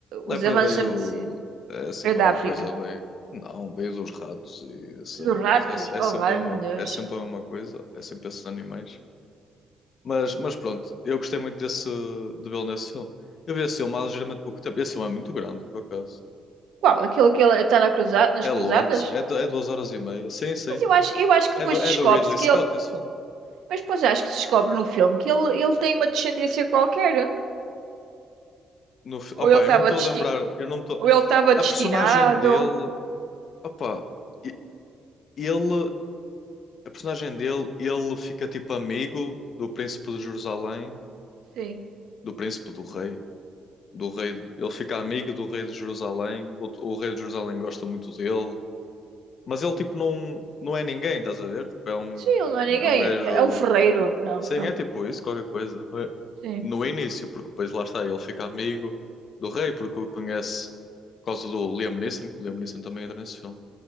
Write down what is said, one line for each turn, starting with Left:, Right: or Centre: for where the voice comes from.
Left: lepra
Right: os avanços
Left: veio.
Right: da medicina
Left: É sempre
Right: é da
Left: a mesma
Right: África?
Left: coisa, veio. Não, veio dos ratos e desses animais.
Right: Dos ratos?
Left: É, é
Right: Oh,
Left: sempre
Right: meu
Left: a mesma,
Right: Deus.
Left: é sempre a mesma coisa, é sempre esses animais. Mas, mas pronto, eu gostei muito desse, de vê-lo nesse filme. Eu vi esse filme há ligeiramente pouco tempo. Esse filme é muito grande, por acaso.
Right: Qual? Aquele que ele está na cruza- nas
Left: É
Right: cruzadas?
Left: longo, sim. É, du- é duas horas e meia. Sim, sim.
Right: Mas eu acho, eu acho que
Left: É
Right: depois
Left: do, é
Right: descobre-se
Left: do Ridley
Right: que
Left: Scott,
Right: ele.
Left: esse filme.
Right: Mas depois acho que se descobre no filme que ele, ele tem uma descendência qualquer.
Left: No, fi-
Right: Ou
Left: opa,
Right: ele estava
Left: eu não me estou
Right: desti...
Left: a lembrar. Eu não me estou.
Right: Ou ele estava
Left: A
Right: destinado.
Left: personagem dele. Opa, e- ele. A personagem dele, ele fica tipo amigo do príncipe de Jerusalém,
Right: Sim.
Left: do príncipe do rei. Do rei, ele fica amigo do rei de Jerusalém. O, o rei de Jerusalém gosta muito dele. Mas ele tipo não, não é ninguém, estás a ver? Tipo, é um,
Right: Sim, ele não é ninguém.
Left: é um gajo.
Right: É é um ferreiro. Não.
Left: Sim,
Right: é um,
Left: é tipo isso, qualquer coisa. não é?
Right: Sim,
Left: No início, porque depois lá está, ele fica amigo do rei, porque o conhece por causa do Liam Neeson, que o Liam Neeson também entra nesse filme.